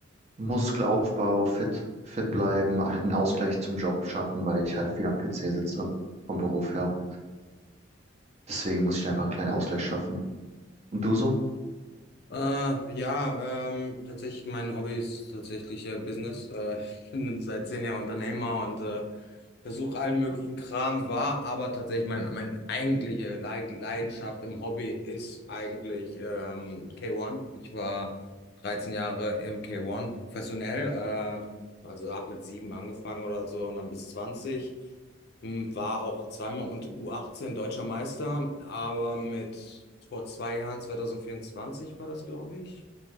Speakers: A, on the right; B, on the left.
A: Muskelaufbau, fit, fit bleiben, halt einen Ausgleich zum Job schaffen, weil ich halt viel am PC sitze vom Beruf her. Deswegen muss ich einfach einen kleinen Ausgleich schaffen. Und du so?
B: Äh, ja, ähm, tatsächlich mein Hobby ist tatsächlich äh, Business. Äh, <laughs> ich bin seit zehn Jahren Unternehmer und äh, versuche allen möglichen Kram, war aber tatsächlich mein, meine eigentliche Lei- Leidenschaft im Hobby ist eigentlich ähm, K1. Ich war 13 Jahre im K1 professionell, ähm, also habe mit sieben angefangen oder so und dann bis 20. Hm, War auch zweimal unter U18 deutscher Meister, aber mit vor zwei Jahren, 2024 war das, glaube ich